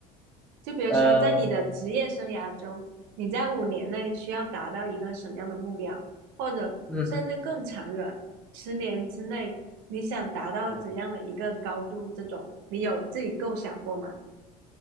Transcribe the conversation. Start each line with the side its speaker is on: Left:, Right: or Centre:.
Right: 就比如说，
Centre: 呃，
Right: 在你的职业生涯中，你在五年内需要达到一个什么样的目标，或者甚至更长远，
Centre: 嗯，
Right: 十年之内你想达到怎样的一个高度？
Centre: 嗯
Right: 这种你有自己构想过吗？